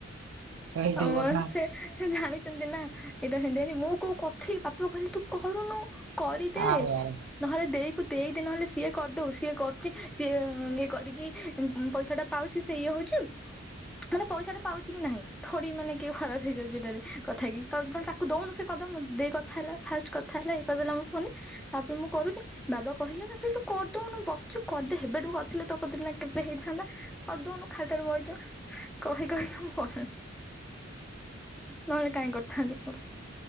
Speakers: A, on the right; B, in the centre.
A: ତାହେଲେ ଠିକ
B: ଆମ
A: କଥା
B: ସେ ସେ ଜାଣିଛନ୍ତି ନା, ଏଇଟା ସେମିତିହେଇନି ମୁଁ କୋଉ କଠେଇ ବାପା କହିଲେ ତୁ କରୁନୁ। କରିଦେ
A: ଆରେ ଆରେ
B: ନହେଲେ ଦେଇକୁ ଦେଇଦେ ନହେଲେ ସିଏ ସେ କରିଦଉ, ସିଏ କରୁଛି ସିଏ ଇଏ କରିକି ପଇସା ଟା ପାଉଛି ସେ ଇଏ ହଉଛି। ମାନେ ପଇସା ଟା ପାଉଛି କି ନାହିଁ, ଥୋଡି ମାନେ କିଏ ଖରାପ ହେଇଯାଉଛି ଏଟାରେ କଥା ହେଇକି। ତଉ ଯେତଳେ ତାକୁ ଦଉନୁ ସେ କଦ ଦେଇ କଥା ହେଲା ଫାଷ୍ଟ କଥା ହେଲା ଇଏକହିଦେଲା ମୋ ଫୋନରେ। ତାପରେ ମୁଁ କରୁତି ବାବାକୁ କହିଲା ନା ଭାଲି ତୁ କରିଦଉନୁ ବସିଛୁ କରିଦେ, ହେବେଠୁ କରିଥିଲେ ତକତିରେ ନା କେବେ ହେଇଥାନ୍ତା। କରି ଦଉନୁ ଖାଲିଟାରେ ବଇତ, କହି କହି <unintelligible> ହୁଁ। ନହେଲେ କାଇଁ କରିଥାନ୍ତି ମୋର,